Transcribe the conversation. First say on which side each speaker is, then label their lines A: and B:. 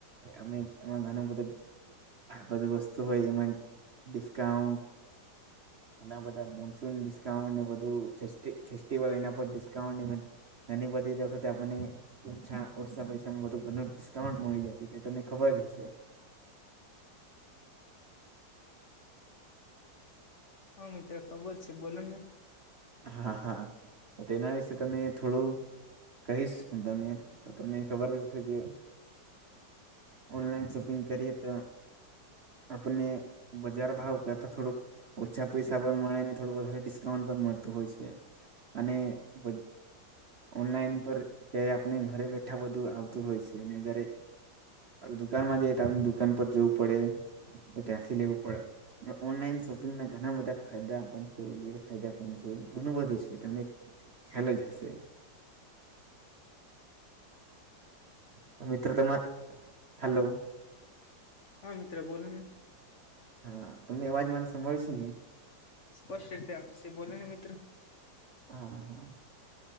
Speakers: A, on the right (about 50°); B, on the left (about 50°).
A: આપણે એમા ઘણા બધા આ બધુ વસ્તુ હોય એમાં ડિસ્કાઉન્ટ અને બધા મોનસૂન ડિસ્કાઉન્ટ ને બધું ફેસ્ટિ ફેસ્ટિવલ એના પર ડિસ્કાઉન્ટ એની બધી જો વખતે આપણને ઓછા ઓસા પૈસામાં વધુ ઘણું ડિસ્કાઉન્ટ મળી જાય છે. તે તમને ખબર જ હશે.
B: હા મિત્ર ખબર છે. બોલો ને.
A: હા હા તો તેના વિશે તમે થોડું કહીશ હુ તમે તો તમને ખબર હશે કે ઓનલાઇન શોપિંગ કરીએ તો આપણે બજાર ભાવ કરતો થોડુંક ઓછા પૈસા પણ મળે ને થોડુ વધારે ડિસ્કાઉન્ટ પણ મળતું હોય છે. અને <unintelligible> ઓનલાઈન પર જ્યારે આપણે ઘરે બેઠા બધું આવતું હોય છે અને ઘરે દુકાનમાં જઈ તો આપને દુકાન પર જવું પડે ને ત્યાંથી લેવું પડે ઓનલાઈન શોપિંગમાં ઘણા બધા ફાયદા પણ છે ગેરફાયદા પણ છે ઘણું બધું છે તમને ખ્યાલ જ હશે. તો મિત્રો તમાં. હેલો
B: હા મિત્ર બોલ ને
A: હા તમને અવાજ માને સંભળાય શે ને?
B: સ્પષ્ટ રીતે આવે છે. બોલે ને મિત્ર
A: હા હા